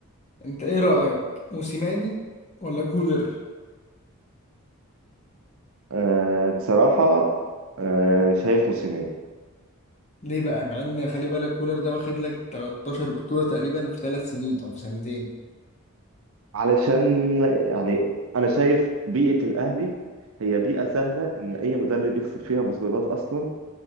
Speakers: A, on the left; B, on the right.
A: انت ايه رأيك موسيماني ولا كولر
B: أه بصراحة أه شايف موسيماني
A: ليه بقى مع ان خلي بالك كولر ده واخد لك 13 بطولة تقريبا في ثلاث سنين او في سنتين
B: علشان يعني أنا شايف بيئة الأهلي هي بيئة سهلة إن أي مدرب يكسب فيها بطولات أصلا